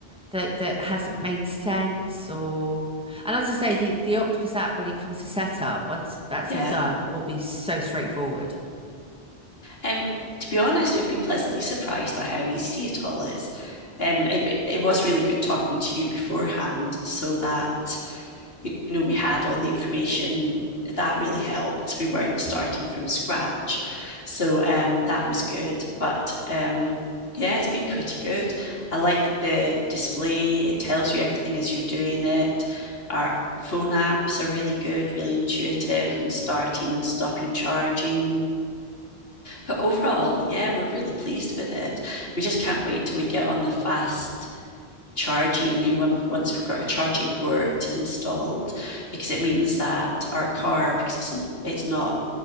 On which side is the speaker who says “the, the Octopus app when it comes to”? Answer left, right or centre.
Centre